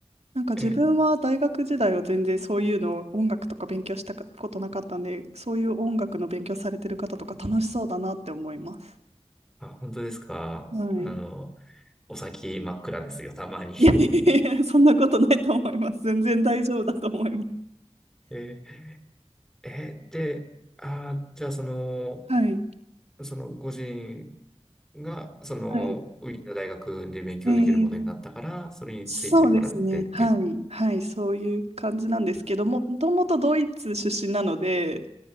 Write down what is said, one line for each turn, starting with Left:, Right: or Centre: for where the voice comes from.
Right: なんか自分は大学時代は全然そういうの音楽とか勉強したことなかったんで、
Centre: え、え、
Right: そういう音楽の勉強されてる方とか楽しそうだなって思います。
Centre: あ、本当ですか。
Right: はい。
Centre: あの、お先真っ暗ですよ、たまに。
Right: <laughs> いやいやいや、そんなことないと思います。全然大丈夫だと思います。
Centre: <laughs> えー、えで、あー、じゃあその、
Right: はい。
Centre: そのご主人が、その、
Right: はい。
Centre: ウィーンの大学で勉強できることになったから、
Right: えー
Centre: それについてこられてっていう。
Right: そうですね。はい。はい。そういう感じなんですけども、もともとドイツ出身なので、